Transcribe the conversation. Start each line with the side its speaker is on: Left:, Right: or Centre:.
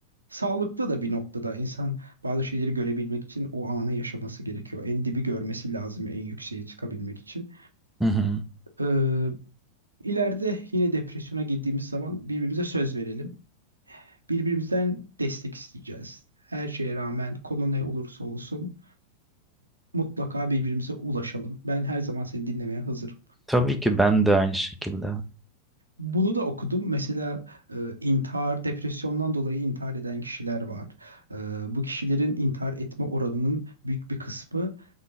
Right: Sağlıklı da bir noktada insan bazı şeyleri görebilmek için o anı yaşaması gerekiyor. En dibi görmesi lazım en yükseğe çıkabilmek için.
Centre: hı hı.
Right: Ee, ileride yine depresyona girdiğimiz zaman birbirimize söz verelim. Birbirimizden destek isteyeceğiz. Her şeye rağmen konu ne olursa olsun mutlaka birbirimize ulaşalım. Ben her zaman seni dinlemeye hazırım.
Centre: Tabii ki ben de aynı şekilde.
Right: Bunu da okudum. Mesela e, intihar, depresyondan dolayı intihar eden kişiler var. E, bu kişilerin intihar etme oranının büyük bir kısmı